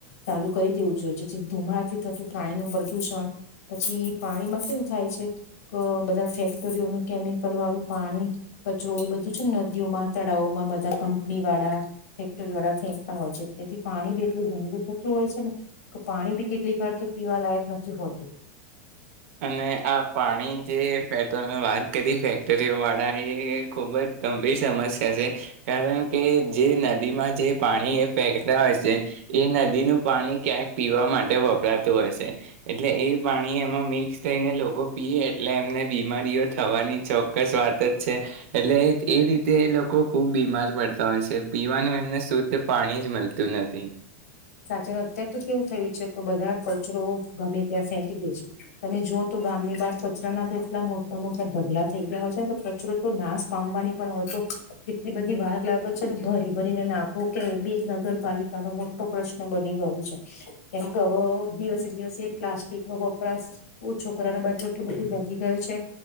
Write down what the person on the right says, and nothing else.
અને આ પાણી જે ભાઈ તમે વાત કરી ફેક્ટરીઓ વાળા એ ખૂબ જ ગંભીર સમસ્યા છે કારણ કે જે નદીમાં જે પાણી એ ફેકતા હોય છે એ નદીનું પાણી ક્યાંક પીવા માટે વપરાતું હોય છે. એટલે એ પાણી એમાં મિક્સ મિક્સ થઈને લોકો પી એટલે એમને બીમારીઓ થવાની ચોક્કસ વાત જ છે એટલે એ રીતે લોકો ખુબ બીમાર પડતા હોય છે પીવાનું એમને શુદ્ધ પાણી જ મળતું નથી.